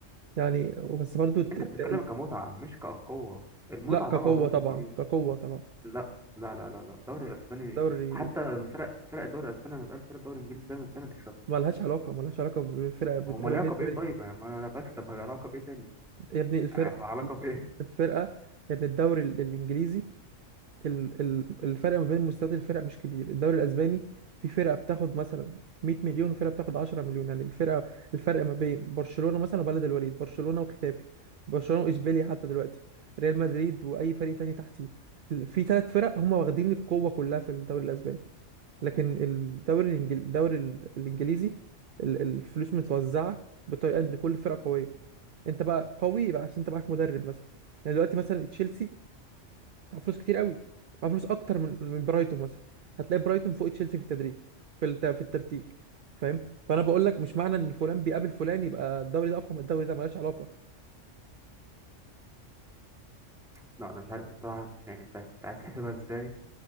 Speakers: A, on the right (about 55°); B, in the centre.
A: يعني بس برضو الت-
B: انت بتتكلم
A: الت-
B: كمتعه مش كقوه المتعه
A: لا كقوه
B: طبعا دوري
A: طبعا
B: انجليزي
A: كقوه طبعا
B: لا لا لا لا لا الدوري الاسباني
A: الدوري
B: حتى لما فرق فرق الدوري الاسباني لما تقول فرق الدوري الانجليزي دايما دايما تكسب
A: ملهاش علاقه ملهاش علاقه بفرقه بتقابل
B: ما هم العلاقه
A: هيد
B: بايه
A: تو هيد
B: طيب يعني ما انا بكسب هي علاقه بايه تاني
A: يا ابني الفرق
B: هيبقى علاقه بايه
A: الفرقة ان الدوري ال- الانجليزي ال- ال- الفرق ما بين مستويات الفرق مش كبير الدوري الاسباني في فرقة بتاخد مثلا 100 مليون وفرقة بتاخد 10 مليون يعني الفرقة الفرق ما بين برشلونة مثلا وبلد الوليد برشلونة وختافي برشلونة واشبيليا حتى دلوقتي ريال مدريد واي فريق تاني تحتيه ال- في ثلاث فرق هم واخدين القوة كلها في الدوري الاسباني لكن الدوري الإنجل... الدوري ال- الانجليزي ال- الفلوس متوزعة بطريقة ان كل فرقة قوية انت بقى قوي بقى عشان انت معاك مدرب مثلا يعني دلوقتي مثلا تشيلسي معاه فلوس كتير قوي معاه فلوس اكتر من من برايتون مثلا هتلاقي برايتون فوق تشيلسي في التدريب في الت... في الترتيب فاهم فانا بقول لك مش معنى ان فلان بيقابل فلان يبقى الدوري ده اقوى من الدوري ده ملهاش علاقه
B: <laughs> لا انا مش عارف بصراحه يعني بتاع- عايز تحسبها ازاي